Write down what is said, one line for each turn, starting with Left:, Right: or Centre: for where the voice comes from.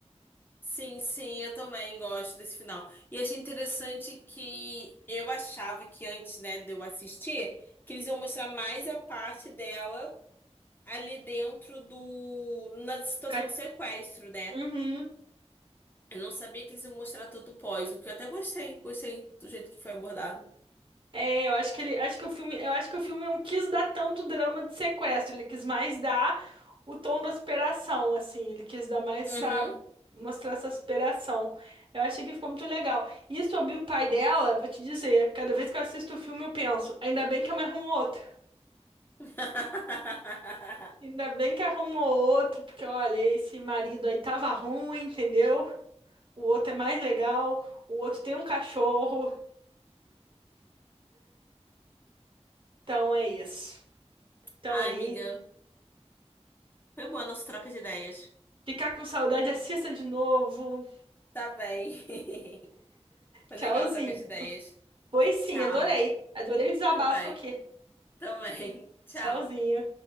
Left: Sim, sim, eu também gosto desse final. E achei interessante que eu achava que antes, né, de eu assistir, que eles iam mostrar mais a parte dela ali dentro do... na situação
Right: Ca-
Left: do sequestro, né?
Right: Uhum.
Left: Eu não sabia que eles iam mostrar todo o pós, o que eu até gostei. Gostei do jeito que foi abordado.
Right: É, eu acho que ele, acho que o filme, eu acho que o filme não quis dar tanto drama de sequestro, ele quis mais dar o tom da aspiração, assim, ele quis dar mais
Left: Uhum.
Right: essa, mostrar essa aspiração. Eu achei que ficou muito legal. E sobre o pai dela, vou te dizer, cada vez que eu assisto o filme eu penso, ainda bem que a mãe arrumou outro.
Left: <laughs>
Right: Ainda bem que arrumou outro, porque olha, esse marido aí tava ruim, entendeu? O outro é mais legal, o outro tem um cachorro, então é isso. Então
Left: Ai,
Right: é
Left: amiga.
Right: isso.
Left: Foi boa a nossa troca de ideias.
Right: Ficar com saudade, assista de novo.
Left: Tá bem. <laughs> Foi
Right: Tchauzinho.
Left: legal a troca de ideias.
Right: Foi sim,
Left: Tchau.
Right: adorei. Adorei o desabafo
Left: Tá bem.
Right: aqui.
Left: Também. <laughs> Tchau.
Right: Tchauzinho.